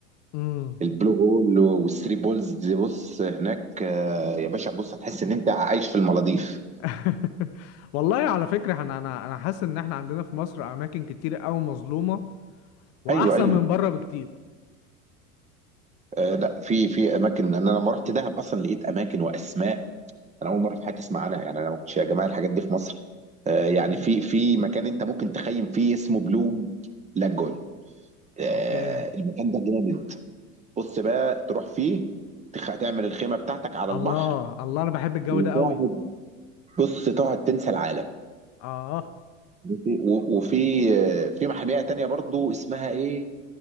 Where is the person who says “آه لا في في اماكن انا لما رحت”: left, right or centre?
Right